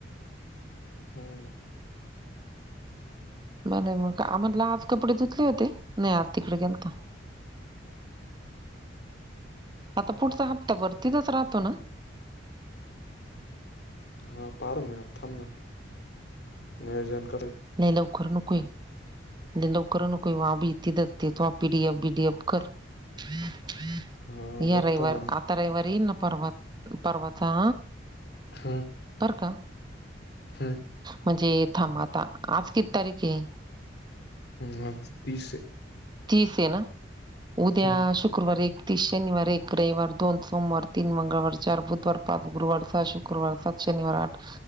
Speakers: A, on the left; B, on the right.
A: हम्मं
B: बरं मंग आम्हांला आंज कपडे धुतले होते नाहीं आंज तिकडे गेलं तरं. आंता पुढचां हप्तां भरतीथचं राहतो नां.
A: हां पारं मगं आपणं थांम नां नियोजन करे
B: नाहीं लवकरं नुक आहे लंय लवकरंनून को व बीती दसते तो आपलं P D F B D F करं. Three three.
A: हा
B: यां
A: बघतो
B: रविवारी
A: ना
B: आंता रविवारी येईल नां परवां परवांच्या.
A: हम्मं.
B: बरं कां.
A: हम्मं.
B: म्हणजे थांब आंता आंज किती तारिक आहे.
A: हम्मं आंज तीस आहे.
B: तीस आहे नां उद्या
A: हम्म
B: शुक्रवारी एक. तीस शनिवार एक रविवार दोन सोमवार तीनं मंगळवार चार बुधवार पांच गुरुवार सहाशु. शुक्रवार सात शनिवार आठ